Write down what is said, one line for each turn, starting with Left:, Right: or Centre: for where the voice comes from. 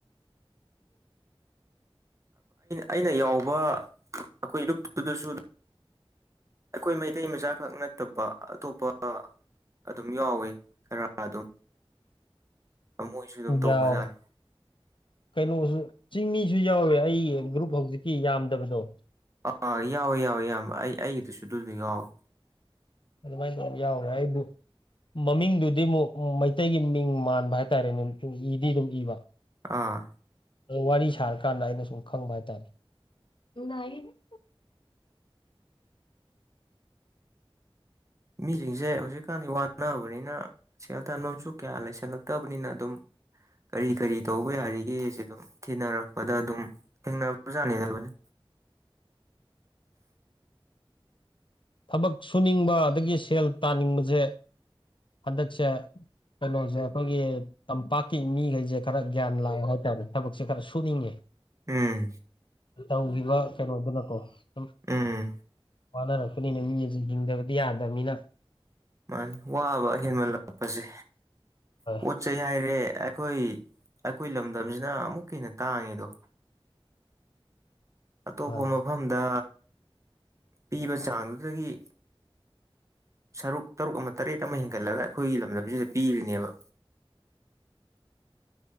Right: ꯑꯩꯅ ꯌꯥꯎꯕ ꯑꯩꯈꯣꯏ ꯂꯨꯞꯇꯨꯗꯁꯨ ꯑꯩꯈꯣꯏ ꯃꯩꯇꯩ ꯃꯆꯥ ꯈꯛ ꯅꯠꯇꯕ ꯑꯇꯣꯞꯄ ꯑꯗꯨꯝ ꯌꯥꯎꯋꯤ ꯈꯔ ꯑꯗꯨꯝ ꯃꯣꯏꯁꯨ ꯑꯗꯨꯝ
Left: ꯌꯥꯎꯋꯦ
Right: ꯇꯧꯕꯖꯥꯠꯅꯤ
Left: ꯀꯩꯅꯣꯁꯨ ꯆꯤꯡꯃꯤꯁꯨ ꯌꯥꯎꯋꯦ ꯑꯩꯒꯤ ꯒ꯭ꯔꯨꯞ ꯍꯧꯖꯤꯛꯀꯤ ꯌꯥꯝꯗꯕꯗꯣ
Right: ꯑꯥ ꯌꯥꯎꯋꯦ ꯌꯥꯎꯋꯦ ꯏꯌꯥꯝꯕ ꯑꯩ ꯑꯩꯒꯤꯗꯨꯁꯨ ꯑꯗꯨꯗꯣ ꯌꯥꯎꯋꯤ
Left: ꯑꯗꯨꯃꯥꯏꯅ ꯇꯧꯔ ꯌꯥꯎꯔꯦ <unintelligible> ꯃꯃꯤꯡꯗꯨꯗꯤ ꯑꯃꯨꯛ ꯃꯩꯇꯩꯒꯤ ꯃꯤꯡ ꯃꯥꯟꯕ ꯍꯥꯏꯇꯥꯔꯦꯅꯦ ꯄꯨꯡ ꯏꯗꯤ ꯑꯗꯨꯝ ꯏꯕ
Right: ꯑꯥ
Left: ꯋꯥꯔꯤ ꯁꯥꯔꯀꯥꯟꯗ ꯑꯩꯅ ꯁꯨꯝ ꯈꯪꯕ ꯍꯥꯏꯇꯥꯔꯦ <unintelligible>
Right: ꯃꯤꯁꯤꯡꯁꯦ ꯍꯧꯖꯤꯛꯀꯥꯟꯗꯤ ꯋꯥꯅꯕꯅꯤꯅ ꯁꯦꯜ ꯇꯥꯟꯐꯝꯁꯨ ꯀꯌꯥ ꯂꯩꯁꯜꯂꯛꯇꯕꯅꯤꯅ ꯑꯗꯨꯝ ꯀꯔꯤ ꯀꯔꯤ ꯇꯧꯕ ꯌꯥꯔꯤꯒꯦ ꯁꯤ ꯑꯗꯨꯝ ꯊꯤꯅꯔꯛꯄꯗ ꯑꯗꯨꯝ ꯊꯦꯡꯅꯔꯛꯄ ꯖꯥꯠꯅꯤꯗ ꯂꯣꯏꯅ
Left: ꯊꯕꯛ ꯁꯨꯅꯤꯡꯕ ꯑꯗꯒꯤ ꯁꯦꯜ ꯇꯥꯅꯤꯡꯕꯁꯦ ꯍꯟꯗꯛꯁ ꯀꯩꯅꯣꯁꯦ ꯑꯩꯈꯣꯏꯒꯤ ꯇꯝꯄꯥꯛꯀꯤ ꯃꯤꯈꯩꯁꯦ ꯈꯔ ꯒ꯭ꯌꯥꯟ ꯂꯥꯛꯑꯦ ꯍꯥꯏꯇꯥꯔꯦ ꯊꯕꯛꯁꯦ ꯈꯔ ꯁꯨꯅꯤꯡꯉꯦ
Right: ꯎꯝ
Left: ꯇꯧꯈꯤꯕ ꯀꯩꯅꯣꯗꯨꯅꯀꯣ ꯁꯨꯝ
Right: ꯎꯝ
Left: ꯋꯥꯅꯔꯛꯄꯅꯤꯅ ꯃꯤꯁꯦ ꯍꯤꯡꯗꯕꯗꯤ ꯌꯥꯗꯃꯤꯅ
Right: ꯃꯥꯅꯦ ꯋꯥꯕ ꯍꯦꯟꯃꯂꯛꯄꯁꯦ
Left: ꯍꯣꯏ
Right: ꯄꯣꯠ ꯆꯩ ꯍꯥꯏꯔꯦ ꯑꯩꯈꯣꯏ ꯑꯩꯈꯣꯏ ꯂꯝꯗꯝꯁꯤꯅ ꯑꯃꯨꯛꯀ ꯍꯦꯟꯅ ꯇꯥꯡꯉꯤꯗꯣ ꯑꯇꯣꯞꯄ
Left: ꯃꯥꯅꯦ
Right: ꯃꯐꯝꯗ ꯄꯤꯕ ꯆꯥꯡꯗꯨꯗꯒꯤ ꯁꯔꯨꯛ ꯇꯔꯨꯛ ꯑꯃ ꯇꯔꯦꯠ ꯑꯃ ꯍꯦꯟꯒꯠꯂꯒ ꯑꯩꯈꯣꯏꯒꯤ ꯂꯝꯗꯝꯁꯤꯗ ꯄꯤꯔꯤꯅꯦꯕ